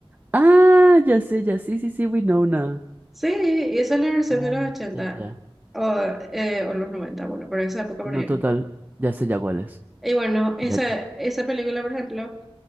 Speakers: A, on the right; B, in the centre.
A: ah, ya sé, ya sí, sí, sí, Winona.
B: Sí, y esa es la versión
A: Ya,
B: de los ochenta
A: ya, ya.
B: o, eh, o los noventa bueno, pero esa época
A: No,
B: primero.
A: total, ya sé ya cuál es.
B: Y bueno, esa,
A: Ya.
B: esa película, por ejemplo,